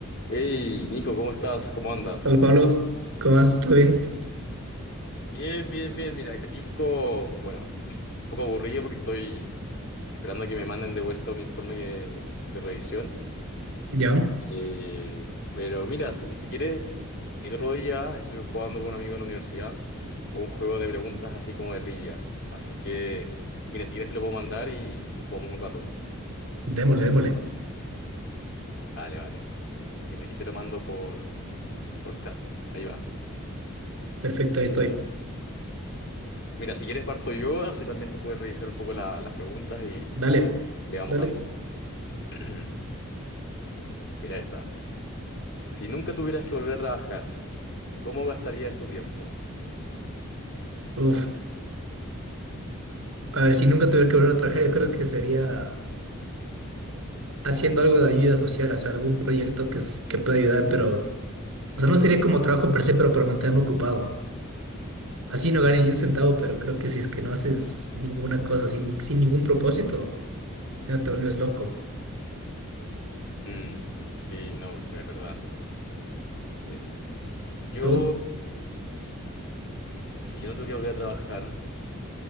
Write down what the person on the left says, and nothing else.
Hey, Nico, ¿cómo estás? ¿Cómo andas?
Bien, bien, bien. Mira, aquí un poco, bueno, un poco aburrido porque estoy esperando a que me manden de vuelta un informe que- de revisión.
Eh, pero mira, si, si quieres, el otro día estuve jugando con un amigo de la universidad un juego de preguntas así como de trivia. Así que, mira, si quieres te lo puedo mandar y, y jugamos un rato.
Vale, vale. Mira, aquí te lo mando por, por chat. Ahí va.
Mira, si quieres parto yo, así también tú puedes revisar un poco la- las preguntas y
Le vamos
dando. <clears throat> Mira esta. Si nunca tuvieras que volver a trabajar, ¿cómo gastarías tu tiempo?
Mm, sí, no, es verdad. Mi- Yo,
si yo no tuviera que volver a trabajar,